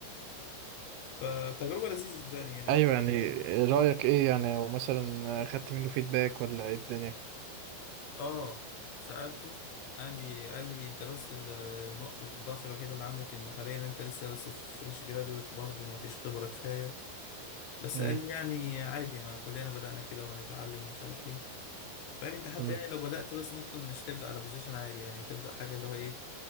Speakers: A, on the left; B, on the right.
A: فتجربه لذيذه صدقني يعني يعتبر-
B: ايوه يعني رأيك ايه يعني او مثلا خدت منه فيدباك ولا ايه الدنيا
A: اه سالته قال لي قال لي انت بس ال- النقطه الضعف الوحيده اللي عندك ان حاليا انت لسه بس فريش جراديويت برضو ما فيش خبره كفايه بس
B: امم
A: قال لي يعني عادي ما كلنا بدانا كده وهنتعلم ومش عارف ايه فقال لي انت حتى
B: أمم،
A: يعني لو بدات بس ممكن مش هتبدا على بوزيشن عالي يعني هتبدا حاجه اللي هو ايه